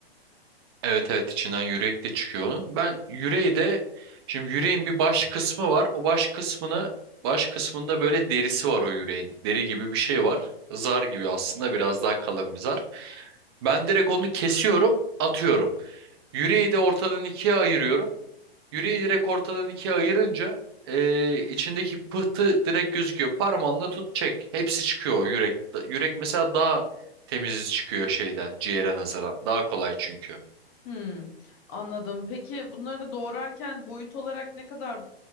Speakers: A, on the right; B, on the left.
A: Evet evet içinden yürek de çıkıyor onun. Ben yüreği de şimdi yüreğin bir baş kısmı var. O baş kısmını baş kısmında böyle derisi var o yüreğin. Deri gibi bir şey var. Zar gibi aslında biraz daha kalın bir zar. Ben direkt onu kesiyorum, atıyorum. Yüreği de ortadan ikiye ayırıyorum. Yüreği direkt ortadan ikiye ayırınca eee, içindeki pıhtı direkt gözüküyor. Parmağınla tut çek. Hepsi çıkıyor o yürek. Da- Yürek mesela daha temiz çıkıyor şeyden ciğere nazaran. Daha kolay çünkü.
B: Hmm, anladım. Peki bunları doğrarken boyut olarak ne kadar